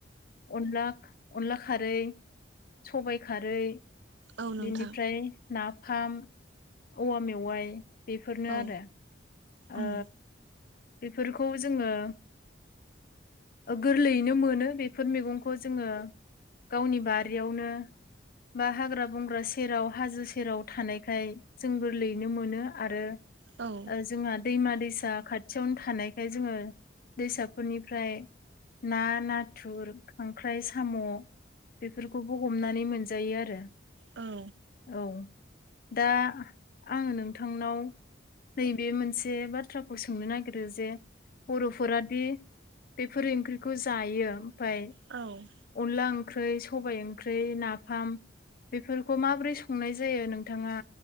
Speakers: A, on the left; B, on the right.
A: अनला अनला खारै सबाय खारै
B: औ नोंथां
A: बेनिफ्राय नाफाम औवा मेवाइ बेफोरनो
B: औ
A: आरो। ओ
B: उम
A: बेफोरखौ जोङो गोरलैयैनो मोनो बेफोर मैगंखौ जोङो गावनि बारियावनो बा हाग्रा बंग्रा सेराव हाजो सेराव थानायखाय जों गोरलैनो मोनो आरो
B: औ।
A: ओ जोंहा दैमा दैसा खाथियावनो थानायखाय जोङो दैसाफोरनिफ्राय ना नाथुर, खांख्राइ, साम' बेफोरखौबो हमनानै मोनजायो आरो।
B: औ।
A: औ दा आङो नोंथांनाव बे मोनसे बाथ्राखौ सोंनो नागिरो जे बर'फोरादि बेफोर ओंख्रिखौ जायो ओमफाय
B: औ।
A: अनला ओंख्रै, सबाय ओंख्रै, नाफाम बेफोरखौ माबोरै संनाय जायो नोंथाङा